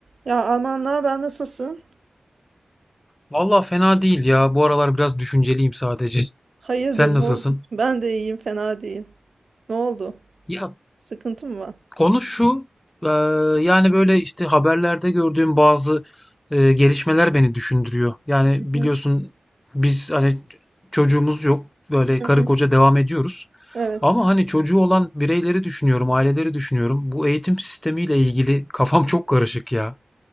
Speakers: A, on the right (about 70°); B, on the left (about 20°).
A: Ya Alman ben nasılsın?
B: Valla fena değil ya. Bu aralar biraz düşünceliyim sadece.
A: Hayırdır
B: Sen nasılsın?
A: ne oldu? <laughs> Ben de iyiyim fena değil. Ne oldu?
B: Ya
A: Sıkıntı mı var?
B: konu şu. eee, yani böyle işte haberlerde gördüğüm bazı eee, gelişmeler beni düşündürüyor. Yani
A: Hı
B: biliyorsun
A: hı,
B: biz hani çocuğumuz yok. Böyle
A: hı
B: karı
A: hı.
B: koca devam ediyoruz.
A: Evet.
B: Ama hani çocuğu olan bireyleri düşünüyorum, aileleri düşünüyorum. Bu eğitim sistemiyle ilgili kafam çok karışık ya.